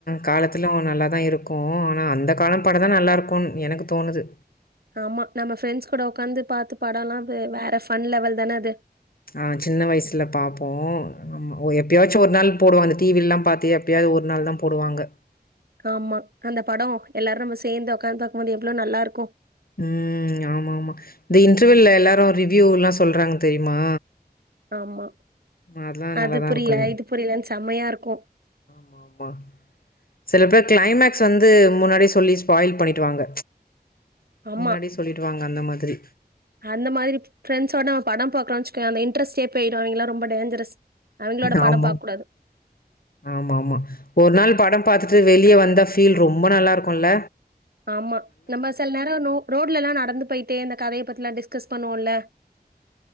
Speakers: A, on the left; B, on the right.
A: காலத்துலு நல்லா தா இருக்கு ஆனா அந்த காலம் படம் தா நல்லா இருக்குன்னு எனக்கு தோணுது
B: ஆமா நம்ம ஃப்ரெண்ட்ஸ் கூட உக்காந்து பாத்து படல்லா அது வேற ஃபன் லெவல் தான அது
A: ஆ சின்ன வயசுல பாப்போ ஆமா எப்பயாச்சு ஒரு நாள் போடுவாங்க டிவி எல்லா பாத்து எப்பயாவது ஒரு நாள் தா போடுவாங்க
B: ஆமா அந்த படம் எல்லாரு நம்ம சேர்ந்து உடக்காந்து பாக்குபோது எவ்ளோ நல்லாருக்கு
A: ம் ஆமா ஆமா இந்த இன்டர்வுல எல்லாரு ரிவ்யூல்லா சொல்றாங்க தெரியுமா
B: ஆமா
A: அதெல்லாம் நல்லா
B: அது
A: தான்
B: புரியல
A: இருக்கும்
B: இது புரியலன்னனு செம்மையா இருக்கு
A: ஆமா சில பேர் கிளைமக்ஸ் வந்து முன்னாடியே சொல்லி ஸ்பாயில் பண்ணிடுவாங்க
B: ஆமா.
A: முன்னாடி சொல்லிடுவாங்க அந்த மாதிரி
B: அந்த மாதிரி ஃப்ரெண்ஸ்வோட படம் பாக்கலனுச்சக்கோ அந்த இண்ட்ரஸ்டே போயிடும் அவங்களாம் ரொம்ப டேஞ்சரஸ் அவங்களோட
A: ஆமா
B: படம் பாக்கக்கூடாது.
A: ஆமா ஆமா ஒரு நாள் படம் பாத்துட்டு வெளிய வந்த ஃபீல் ரொம்ப நல்லா இருக்குல
B: ஆமா நம்ம சில நேர ரோட்ல எல்லா நடந்து போயிட்டே இந்த கதய பத்தில்லா டிஸ்கஸ் பண்ணுவோல்ல